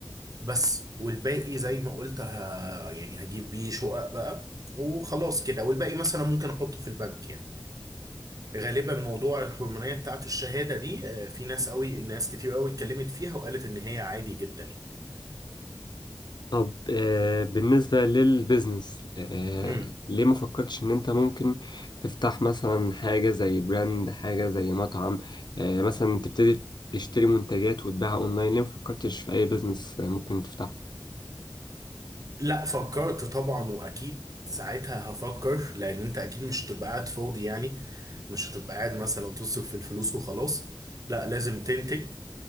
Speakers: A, on the right; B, on the left.
A: بس والباقي زي ما قلت ه... يعني هجيب بيه شقق بقى وخلاص كده والباقي مثلا ممكن أحطه في البنك يعني غالبا موضوع الهرمونية بتاعت الشهادة دي آه، في ناس قوي ناس كتير قوي اتكلمت فيها وقالت ان هي عادي جدا يعني
B: طب آه، بالنسبة للبيزنس آه،
A: امم
B: ليه ما فكرتش إن أنت ممكن تفتح مثلا حاجة زي براند حاجة زي مطعم آه، مثلا تبتدي تشتري منتجات وتبيعها أونلاين ليه ما فكرتش في أي بيزنس آه، ممكن تفتحه
A: لا فكرت طبعا واكيد ساعتها هفكر لان انت اكيد مش هتبقى قاعد فاضي يعني مش هتبقى قاعد مثلا تصرف في الفلوس وخلاص لا لازم تنتج